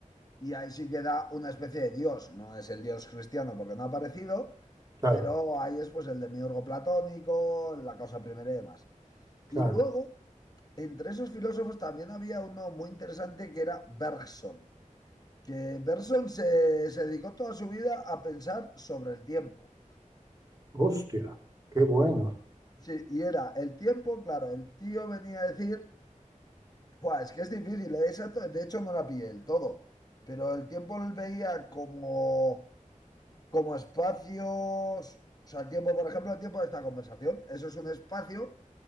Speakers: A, on the left; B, on the right.
A: y ahí sí queda una especie de dios. No es el dios cristiano porque no ha aparecido,
B: claro,
A: pero ahí es pues el demiurgo platónico, la causa primera y demás.
B: claro.
A: Y luego, entre esos filósofos también había uno muy interesante que era Bergson, que Bergson se, se dedicó toda su vida a pensar sobre el tiempo.
B: Hostia, qué bueno.
A: Sí, y era el tiempo, claro, el tío venía a decir Buah, es que es difícil, ¿eh? Esa to- de hecho no la pillé del todo, pero el tiempo lo veía como, como espacios, o sea, el tiempo, por ejemplo, el tiempo de esta conversación, eso es un espacio